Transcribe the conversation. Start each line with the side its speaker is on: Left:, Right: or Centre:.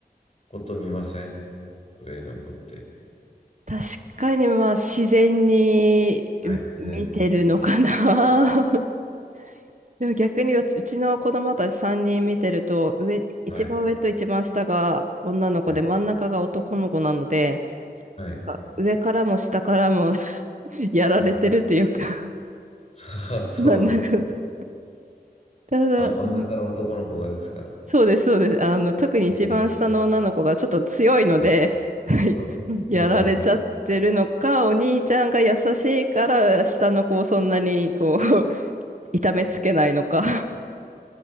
Left: こと見ません上の子って。
Right: 確かにまあ自然にみ見てるのかな。
Left: はい。自然に。
Right: <laughs> でも逆にうちうちの子供たち3人見てると、上、一番上と一番下が女の子で真ん中が男の子なので、
Left: はい。はい。はい。
Right: か上からも下からも <laughs> やられてるというか
Left: はい <laughs>
Right: <laughs>
Left: あそうなんですね。
Right: まあなんかただ、
Left: あ、
Right: うん
Left: 真ん中の男の子がですか。
Right: そうです、そうです。あの、特に一番下の女の子がちょっと強いので
Left: ええはい。
Right: <laughs>
Left: あ、
Right: やられちゃってるのか、
Left: そうなんだ。
Right: お兄ちゃんが優しいから下の子をそんなにこう <laughs> 痛めつけないのか